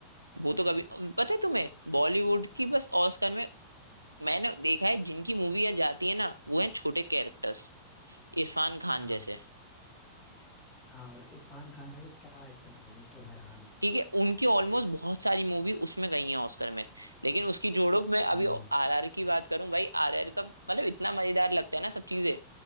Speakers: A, on the right; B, on the left.
A: वो तो कभी पता है तुम्हें बॉलीवुड की बस ऑस्कर में मैंने देखा है जिनकी मूवी जाती है ना वो है छोटे कैरेक्टर्स इरफान खान
B: हाँ
A: जैसे
B: हाँ इरफान खान भाई वो क्या एक्टर था भाई वो तो अगर रहा नहीं खैर
A: ठीक है उनकी ऑलमोस्ट बहुत सारी मूवी उसमें गई है ऑस्कर में लेकिन उसकी जोड़ों में अभी
B: हम्म
A: आरआर की बात करूं भाई आरआर का मतलब इतना मजेदार लगता है ना सब चीजें